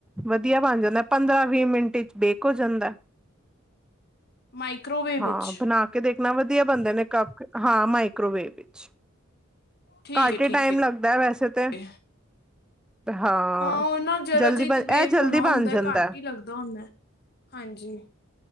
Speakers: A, in the centre; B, on the left (about 50°).
A: ਵਧੀਆ ਬਣ ਜਾਂਦਾ ਪੰਦਰਾਂ- ਵੀਹ ਮਿੰਟ ਚ' ਬੇਕ ਹੋ ਜਾਂਦਾ।
B: ਮਾਈਕ੍ਰੋਵੇਵ
A: ਹਾਂ,
B: ਵਿੱਚ
A: ਬਣਾ ਕੇ ਕੇ ਦੇਖਣਾ ਵਧੀਆ ਬੰਦੇ ਨੇ ਕੱਪ ਹਾਂ, ਮਾਈਕ੍ਰੋਵੇਵ ਵਿੱਚ।
B: ਠੀਕ
A: ਘੱਟ
B: ਹੈ
A: ਹੀ
B: ਠੀਕ
A: ਟਾਈਮ ਲੱਗਦਾ ਹੈ ਵੈਸੇ ਤੇ
B: ਹੈ
A: ਹਾਂ।
B: ਉਹ ਨਾ ਜਰਾ
A: ਜਲਦੀ
B: ਜੇ ਤੇ
A: ਬਣ
B: ਬੇਕ
A: ਇਹ ਜਲਦੀ
B: ਹੋਣਾ
A: ਬਣ
B: ਹੁੰਦਾ
A: ਜਾਂਦਾ
B: ਘੱਟ ਹੀ ਲੱਗਦਾ ਹੁੰਦਾ। ਹਾਂਜੀ।